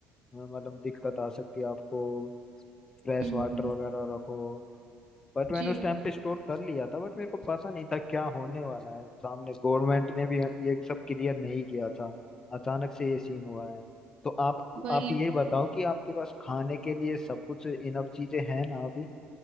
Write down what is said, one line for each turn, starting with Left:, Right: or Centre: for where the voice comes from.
Left: मतलब दिक्कत आ सकती है आपको फ्रेश
Right: हम्म
Left: वाटर
Right: हम्म,
Left: वगैरह रखो बट मैंने
Right: जी
Left: उस टाइम पे स्टोर कर लिया था बट मेरे को पता नहीं था क्या होने वाला है सामने गवर्नमेंट ने भी ये सब क्लियर नहीं किया था अचानक से ये सीन हुआ है तो आप
Right: वही
Left: आप ये बताओ कि आपके पास खाने के लिए सब कुछ इनफ चीजें हैं ना अभी